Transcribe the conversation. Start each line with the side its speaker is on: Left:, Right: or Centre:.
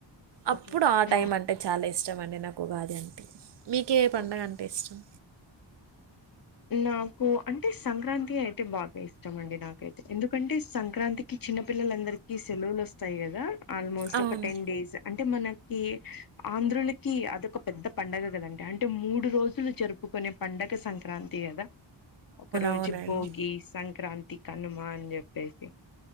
Right: అప్పుడు
Left: ఓకే
Right: ఆ టైం
Left: మా
Right: అంటే చాలా ఇష్టం ఇష్టం అండి నాకు ఉగాది అంటే మీకే పండుగ
Left: ఓకే
Right: అంటే ఇష్టం
Left: నాకు అంటే సంక్రాంతి అయితే బాగా ఇష్టం అండి నాకైతే ఎందుకంటే సంక్రాంతికి చిన్న పిల్లందరికీ సెలవులు వస్తాయి కదా ఆల్మోస్ట్
Right: అవును
Left: ఒక టెన్ డేస్ అంటే మనకి ఆంధ్రులకి అదొక పెద్ద పండగ కదండి అంటే మూడు రోజులు జరుపుకు కొనే పండగ సంక్రాంతి కదా ఒక రోజు
Right: అవునవునండి
Left: భోగి సంక్రాంతి కనుమా అని చెప్పేసి